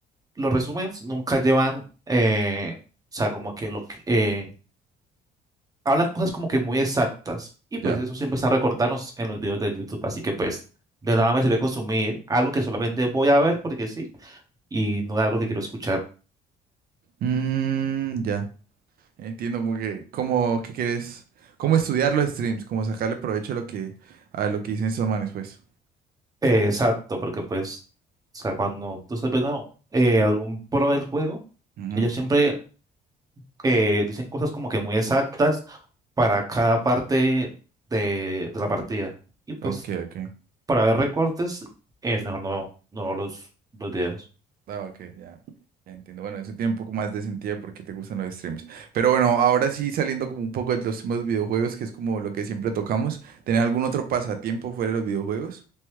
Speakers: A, on the right; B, on the right.
A: los resúmenes nunca llevan, eh, o sea, como que lo que, eh, hablan cosas como que muy exactas. Y pues
B: Ya.
A: eso siempre está recortado en los en los videos de YouTube. Así que pues de nada me sirve consumir algo que solamente voy a ver porque sí y no es algo que quiero escuchar.
B: Mm, ya. Entiendo como que cómo qué quieres, cómo estudiar los streams, cómo sacarle provecho a lo que a lo que dicen esos manes, pues.
A: Eh, exacto, porque pues, o sea, cuando tú estás viendo eh, algún pro del juego,
B: Ujú.
A: ellos siempre eh, dicen cosas como que muy exactas para cada parte de, de la partida. Y pues,
B: Ok, ok.
A: para ver recortes, eh, mejor no, no veo los, los videos.
B: Ah, ok, ya. ya Entiendo. Bueno, eso tiene un poco más de sentido porque te gustan los streams. Pero bueno, ahora sí saliendo como un poco de los temas de videojuegos, que es como lo que siempre tocamos, ¿tener algún otro pasatiempo fuera de los videojuegos?